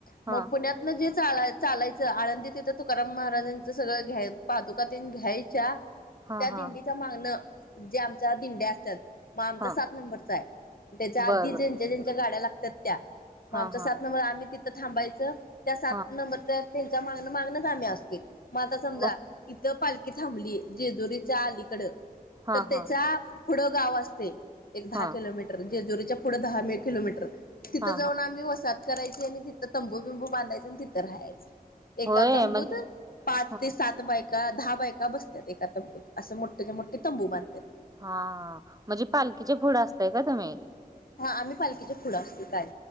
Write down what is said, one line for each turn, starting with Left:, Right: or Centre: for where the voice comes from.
Right: हां,
Left: मग पुण्यात तिथन जे चालाय चालायचं आळंदी तीथं तुकाराम महाराजांचं सगळं घ्या पादुका तेन घ्यायच्या
Right: हां,
Left: त्या
Right: हां,
Left: दिंडीच मागणं ज्या आमच्या दिंड्या असतात. मग आमचा
Right: हां.
Left: सात नंबरचा आहे त्याच्या
Right: बरं,
Left: आधी
Right: बरं.
Left: ज्यांच्या ज्यांच्या गाड्या लागतात त्या. मग
Right: हां,
Left: आमचा
Right: हां,
Left: सात
Right: हां,
Left: नंबर आम्ही तिथं थांबायचं त्या सात
Right: हां.
Left: नंबरच्या त्यांच्या मागण मागणंच आम्ही असतोय मग आता समजा
Right: हो.
Left: इथं पालखी थांबली. जेजुरीच्या
Right: हं.
Left: अलीकड
Right: हां,
Left: तर त्याच्या
Right: हां,
Left: पुढं गाव असते एक दहा
Right: हां,
Left: किलोमीटर जेजुरीच्या पुढे दहा मे किलोमीटर तिथं
Right: हां,
Left: जाऊन
Right: हां.
Left: आम्ही वसा करायची आणि तिथं तंबू बिंबू बांधायचे आणि तिथं राहायच एका
Right: होय
Left: तंबूत
Right: म्हणजे
Left: पाच
Right: हं,
Left: ते सात बायका दहा बायका बसतात एका तंबूत असं मोठ्याच्या मोठे तंबू बांधतात.
Right: हा म्हणजे पालखीचे पुढ असताय का तुम्ही?
Left: हा आम्ही पालखीचे पुढ असतोय काय